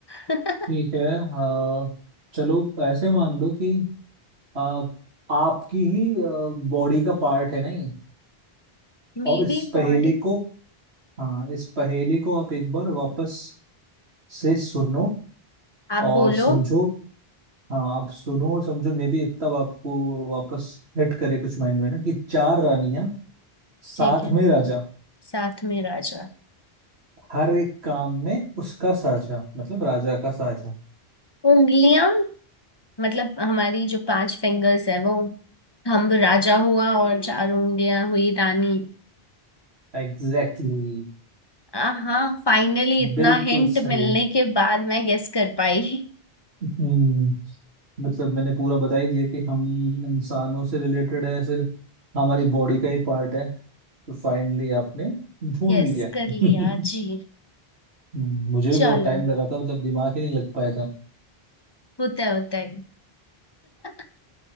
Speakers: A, on the left; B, on the right.
A: <laughs>
B: ठीक है आ, चलो ऐसे मान लो कि आ, आपकी ही बॉडी का पार्ट है नहीं और
A: मेरी
B: इस पहेली
A: बॉडी
B: को हाँ इस पहेली को आप एक बार वापस से सुनो
A: आप
B: और
A: बोलो
B: समझो हाँ आप सुनो और समझो मे भी तब आपको वापस हिट करे कुछ माइंड में ना कि चार रानियां साथ
A: ठीक है
B: में राजा
A: साथ में राजा
B: हर एक काम में उसका साझा मतलब राजा का साझा
A: उंगलियां मतलब हमारी जो पांच फिंगर्स है वो थंब राजा हुआ और चार उंगलियां हुई रानी
B: एग्जैक्टली exactly,
A: आ, हाँ फाइनली इतना
B: बिल्कुल
A: हिंट
B: सही
A: मिलने के बाद मैं गेस कर पाई
B: हम्म मतलब मैंने पूरा बता ही दिया कि हम इंसानों से रिलेटेड है फिर हमारी बॉडी का ही पार्ट है तो फाइनली आपने
A: <laughs>
B: ढूंढ
A: गेस
B: लिया
A: कर लिया
B: <laughs>
A: जी
B: हम्म, मुझे
A: चलो
B: भी बहुत टाइम लगा था मतलब दिमाग ही नहीं लग पाया था
A: होता है होता है <laughs>